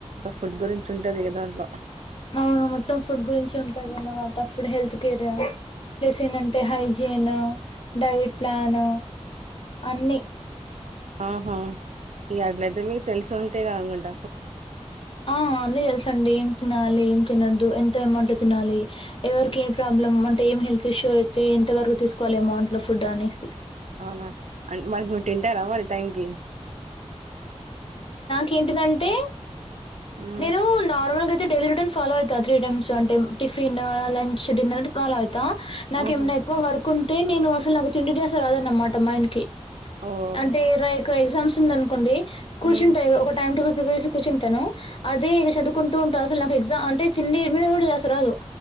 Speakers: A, on the right (about 85°); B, on the left (about 50°).
A: ఫుడ్ గురించి ఉంటది ఏ దాంట్లో
B: అవును మొత్తం ఫుడ్ గురించి ఉంటది అన్నమాట అసలు హెల్త్ కేర్ ప్లస్ ఏంటంటే హై టిను డైట్ ప్లాన్ అన్ని
A: ఆహా ఇక అట్లయితే మీకు తెలిసు ఉంటేగా అనుకుంట
B: ఆ అందు తెల్స అండి ఏం తినాలి ఏం తినద్దు ఎంత అమౌంట్లో తినాలి ఎవరికి
A: ఆ!
B: ఏం ప్రాబ్లమ్ం అంటే ఏం హెల్త్ ఇష్యూ అయితే ఎంత వరకు తీసుకోవాలి అమౌంట్ లో ఫుడ్ అనేసి
A: అవునా వాళ్ళు తింటారా మరి టైం క
B: కేంటింటే
A: హ్మ్.
B: నేను నార్మల్గా డైలీ రూటన్ ఫాలో అయితా త్రీ టైమ్స్ అంటే టిఫిన్ లంచ్ డిన్నర్ అంటే ఫాలో అయి తా నాకు
A: ఆహా!
B: ఏమైనా ఎక్కువ వర్క్ ఉంటే నేను అసలు నాకు తిండి డ్యాస్ రాదు అన్నమాట మైండ్కి
A: ఓహ్!
B: అంటే ర ఇకు ఎగ్జామ్స్ ఉంది అనుకోండి కూర్చుంటాయి
A: హ్మ్.
B: ఒక టైమ్ టు ఇదేసి కూర్చుంటానా అదే ఇక చదువుకుంటూ ఉంటా అసలు నాకు ఎగ్జా అంటే తిండి మీద కూడా ధ్యాసా రాదు